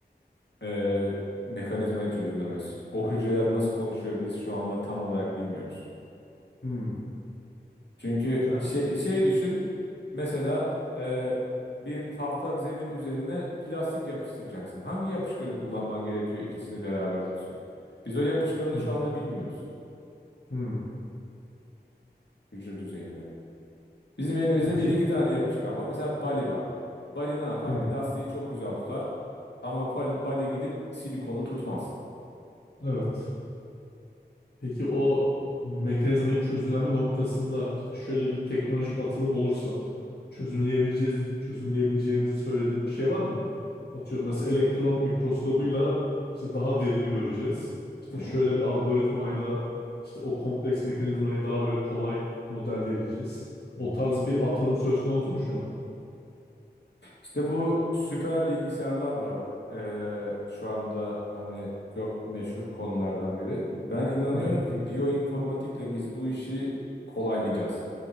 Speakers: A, on the left; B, on the left.
A: e, mekanizmayı çözümlemesi. O hücreler nasıl konuşuyor biz şu anda tam olarak bilmiyoruz.
B: Hı.
A: Çünkü
B: Yani.
A: şey, şey düşün mesela e, bir tahta zemin üzerine plastik yapıştıracaksın. Hangi yapışkanı kullanman gerekiyor ikisini beraber tutsun? Biz o yapışkanını
B: Hı.
A: şu anda bilmiyoruz
B: Hı.
A: hücre düzeyinde. Bizim elimizde
B: Peki.
A: bir iki tane yapışkan var. Mesela Bali var. Bali ne yapar?
B: Hı.
A: Plastiği çok güzel tutar ama pal- Bali gidip silikonu tutmaz.
B: Evet. Peki o mekanizmayı çözümleme noktasında işte şöyle bir teknolojik atılım olursa çözümleyebileceğiz,
A: Hı hı.
B: çözümleyebileceğimizi söylediğin bir şey var mı? Atıyorum mesela elektron mikroskobuyla işte daha derini göreceğiz. İşte
A: Hı hı.
B: şöyle bir algoritmayla işte o kompleks mekanizmayı daha böyle kolay modelleyebileceğiz. O
A: Hı hı.
B: tarz bir atılım söz konusu mu şu an?
A: İşte bu süper bilgisayarlar var. Ee, şu anda hani çok meşhur konulardan biri. Ben inanıyorum
B: Hı hı.
A: ki biyoinformatikle biz bu işi kolaylayacağız.